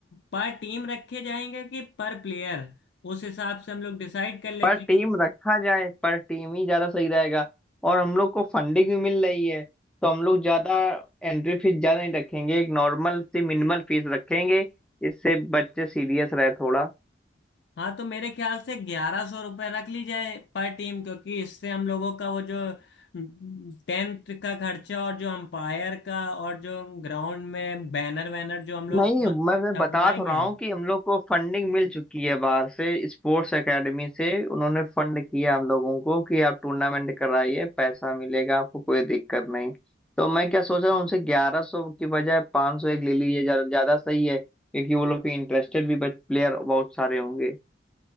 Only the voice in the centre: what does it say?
पर टीम
रखा जाए पर टीम ही ज्यादा सही रहेगा और हम लोग को फंडिंग भी मिल रही है तो हम लोग ज्यादा एंट्री फीस ज्यादा नहीं रखेंगे एक नॉर्मल सी मिनिमल फीस रखेंगे इससे बच्चे सीरियस रहे थोड़ा
नहीं मैं मैं
बता तो रहा हूँ कि हम लोग को फंडिंग मिल चुकी है बाहर से स्पोर्ट्स एकेडमी से उन्होंने फंड किया हम लोगों को कि आप टूर्नामेंट कराइए पैसा मिलेगा आपको कोई दिक्कत नहीं तो मैं क्या सोच रहा हूँ उनसे ग्यारह सौ की बजाय पाँच सौ एक ले लीजिए ज्यादा ज्यादा सही है क्योंकि वो लोग के इंटरेस्टेड भी प्लेयर बहुत सारे होंगे